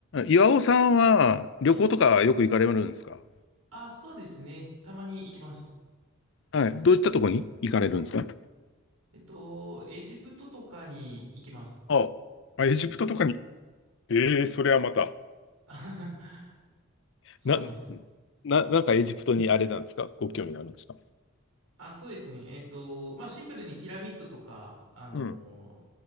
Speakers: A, on the left; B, on the right.
A: 岩尾さんは旅行とかよく行かれるんですか
B: はい。あ、そうですね。たまに行きます。
A: はい。どういったとこに行かれるんですか
B: えっと、エジプトとかに行きます。
A: ああ、エジプトとかに。ええそれはまた。
B: <laughs> あははそうなんです。
A: な、な、なんかエジプトにあれなんですかご興味があるんですか
B: あ、そうですね。えっと、まあ、シンプルにピラミッドとか、あの
A: うん。